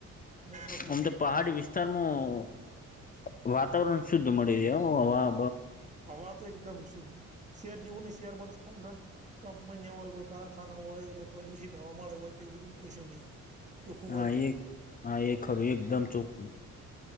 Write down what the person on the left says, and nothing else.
આમ
તો પહાડી વિસ્તાર તારમ વાતાવરણ શુદ્ધ મળી દ હવા
હા
એ હા એ ખર એકદમ ચોખ્ખું